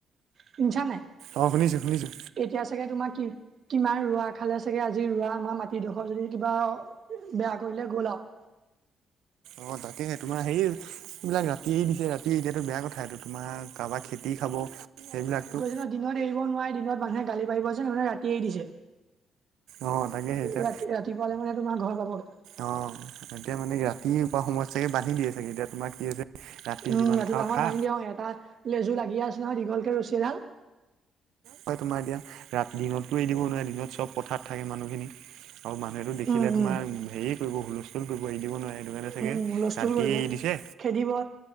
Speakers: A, on the right; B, on the right.
A: শুনিছানে নাই?
B: অ', শুনিছো শুনিছো
A: এতিয়া চাগে তোমাৰ কি কিমান ৰোৱা খালে চাগে আজি ৰোৱা আমাৰ মাট টি ডোখৰ যদি কিবা বেয়া কৰিলে গল আৰু।
B: অ তাকেহে তোমাৰ হেই এইবিলাক ৰাতি দিছে ৰাতি এতিয়াতো বেয়া কথা এইটো তোমাৰ কাৰোবাৰ খেতি খাব, সেইবিলাকটো
A: অ দিনত এৰিব নোৱাৰে, দিনত মানুহে গালি পাৰিব যে সেইটোকাৰণে ৰাতি এৰি দিছে।
B: অ', তাকে সেই এতিয়া
A: ৰাতি ৰাতিপুৱালে মানে তোমাৰ ঘৰ পাবগে।
B: অ' এতিয়া মানে ৰাতিপুৱা সময়ত চাগে বান্ধি দিয়ে চাগে এতিয়া তোমাৰ কি হৈছে ৰাতি
A: উম,
B: যিমান
A: ৰাতিপুৱা
B: খাওঁ
A: সময়ত
B: খা
A: বান্ধি দিয়ে, অ এটা লেজু লাগি আছে নহয় দীঘলকে ৰছী এডাল।
B: হয় তোমাৰ এতিয়া ৰাতি দিনতটো এৰি দিব নোৱাৰে, দিনত চব পথাৰত থাকে মানুহখিনি। আৰু মানুহেটো দেখিলে
A: উম
B: তোমাৰ
A: উম
B: হেৰি কৰিব, হুলস্থুল কৰিব এৰি দিব নোৱাৰে। সেইটোকাৰণে চাগে
A: উম হুলস্থুল
B: ৰাতিয়ে
A: কৰিব।
B: এৰি দিছে,
A: খেদিব